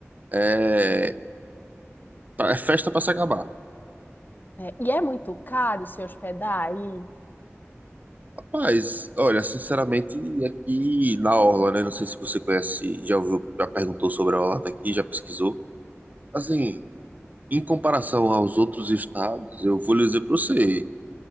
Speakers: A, on the right; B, on the left.
A: é, pra- é festa pra se acabar.
B: É, e é muito caro se hospedar aí?
A: Rapaz, olha, sinceramente, aqui na Orla, né? Não sei se você conhece, já ouviu, já perguntou sobre a Orla daqui, já pesquisou. Assim, Em comparação aos outros estados, eu vou lhe dizer para você,